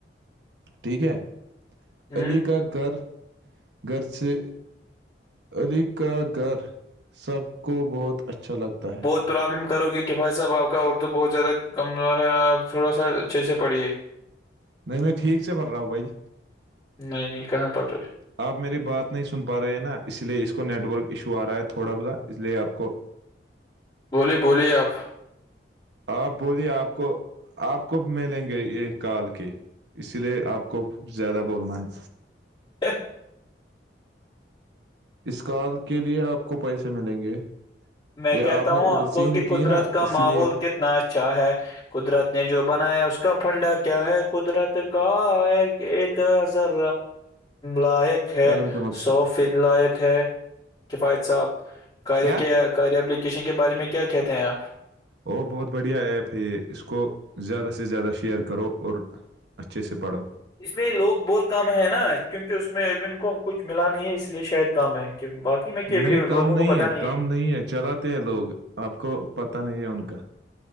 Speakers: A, on the right; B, on the left.
A: ٹھیک ہے
B: ہوں
A: علی کا گھر گھر سے علی کا گھر سب کو بہت اچھا لگتا ہے
B: بہت پرابلم کرو گے کہ بھائی صاحب آپ کا اور تو بہت زیادہ کمزور ہے آپ تھوڑا سا اچھے سے پڑھیے
A: نہیں نہیں ٹھیک سے پھرراؤ بھائی
B: نہیں نہیں کہاں پت رہ
A: آپ میری بات نہیں سن پا رہے ہیں نا اس لیے اس کو نیٹ ورک ایشو آ رہا ہے تھوڑا س سا اس لیے آپ کو
B: بولیے بولیے آپ
A: آپ بولیے آپ کو آپ کوب ملیں گے یہ کال کے اسی لیے آپ کو زیادہ بولنا ہے
B: ہ
A: اس کال کے لیے آپ کو پیسے ملیں گے
B: میں
A: یہ
B: کہتا
A: نے
B: ہوں
A: ادھر
B: آپ کو
A: سے ہی
B: کہ قدرت
A: کی نا
B: کا
A: اسی
B: ماحول
A: لیے
B: کتنا اچھا ہے قدرت نے جو بنایا ہے اس کا پھنڈا کیا ہے قدرت کا ہے ایک ہزر لاق ہے
A: تعلیم کا مقصد
B: سو فت لائق ہے کفایت صاحب قے
A: کیا
B: کے کار اپلیکیشن کے بارے میں کیا کہتے ہیں آپ
A: او بہت بڑھیا ایپ ہے یہ اس کو زیادہ سے زیادہ شیئر کرو اور اچھے اسس سے پڑو
B: اس میں لوگ بہت کم ہے نا کیونکہ اس میں اب ان کو کچھ ملا نہیں ہے اس لیے شاید کم ہے کہ باقی میں کہ بھی
A: نہیں کام
B: لوگوں
A: نہیں
B: کو پتا
A: ہے کام نہیں ہے چلاتے ہیں لوگ آپ کو پتہ نہیں ہے ان کا